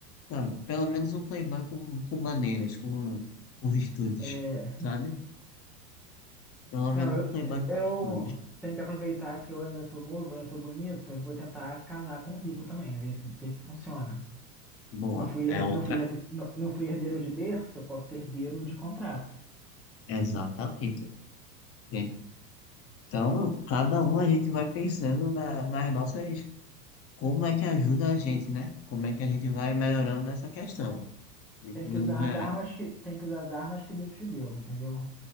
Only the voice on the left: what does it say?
sabe? Pelo menos um playboy com, com maneiras, com, com virtudes,
sabe? Pelo menos
um playboy com
virtudes.
Boa,
é outra.
Exatamente. entende? Então, cada um a gente vai pensando na- nas nossas, como é que ajuda a gente, né? Como é que a gente vai melhorando essa questão, de
tudo
no geral.